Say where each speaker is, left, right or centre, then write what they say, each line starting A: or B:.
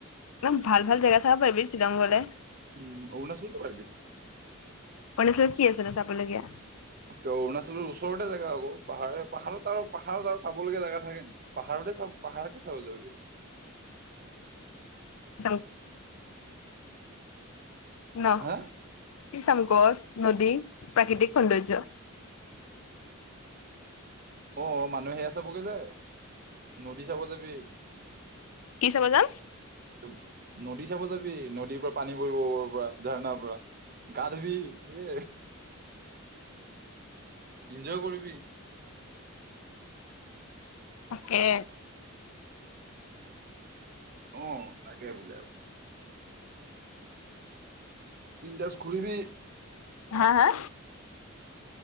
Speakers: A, on the left (about 80°); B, on the right (about 45°).
A: একদম ভাল ভাল জেগা চাব পাৰিবি শ্বিলং গলে।
B: উম অৰুণাচলতো পাৰিবি।
A: অৰুণাচলত কি আছে নো চাবলগীয়া?
B: কিয় অৰুণাচলৰ ওচৰতে জেগা আকৌ। পাহাৰে পাহাৰত আৰু পাহাৰত আৰু চাবলগীয়া জেগা থাকে নেকি? পাহাৰত চ পাহাৰকে চাব যাবি।
A: চাও। ন?
B: হা
A: কি চাম গছ, নদী, প্ৰাকৃতিক সৌন্দৰ্য?
B: অ মানুহ সে চাবগৈ যায়। নদী চাব যাবি।
A: কি চাব যাম?
B: তো নদী চাব যাবি। নদীৰ পৰা পানী পৰিব ওপৰৰ পৰা, ঝাৰণাৰ পৰা। গা ধুবি সে এনজয় কৰিবি।
A: অকে।
B: অ তাকে বুজ আৰু। বিনদাছ ঘূৰিবি।
A: হা হা?